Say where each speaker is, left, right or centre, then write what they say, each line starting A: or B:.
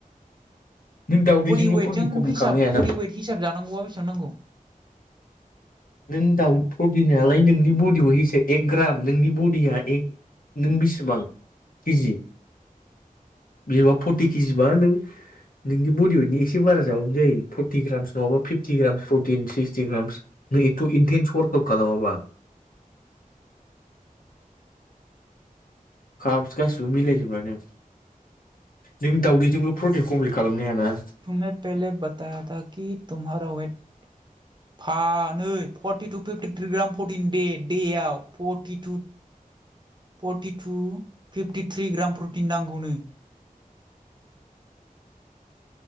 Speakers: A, on the left; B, on the right.
A: नों दाउदैजोंल'
B: बडि वेटजों
A: प्रटिन कमप्लिट
B: हिसाब
A: खालामनो हायाना
B: बडि वेत हिसाब जानांगौबा बिसां नांगौ।
A: नों दाउ प्रटिन नालाय नोंनि बडियाव एसे एक ग्राम नोंनि बडिया एक नों बेसेबां किजि बिदिबा फर्टि केजिबा नों नोंनि बडिवेटनि एसे बारा जाबाबानो जायो फर्टि ग्रामस नङाबा fifty grams protein sixty grams नों एथ' इन्टेन्स वार्कआउट खालामाबा काप गासिबो मिलायजोबानो नों दाउदैजोंल' प्रटिन कमप्लिट खालामनो हायाना।
B: तुमने फेहेले बातायाता कि तुमहारा वेट फानै फरटि फिफटिथ्रि ग्राम प्रटिन दे देआव forty two forty two fifty three gram protein नांगौनो।